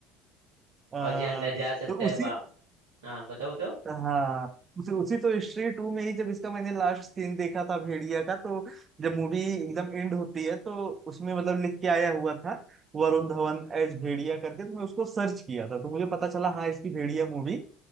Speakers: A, on the right; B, on the right.
A: आ,
B: और जो अंदर जा सकता
A: तो
B: है
A: उसी
B: वाह हाँ बताओ बताओ
A: हाँ उसी उसी तो हिस्ट्री टू में ही जब इसका मैंने लास्ट सीन देखा था भेड़िया का तो जब मूवी एकदम एंड होती है तो उसमें मतलब लिख के आया हुआ था वरुण धवन एज भेड़िया करके तो मैं उसको सर्च किया था तो मुझे पता चला हाँ इसकी भेड़िया मूवी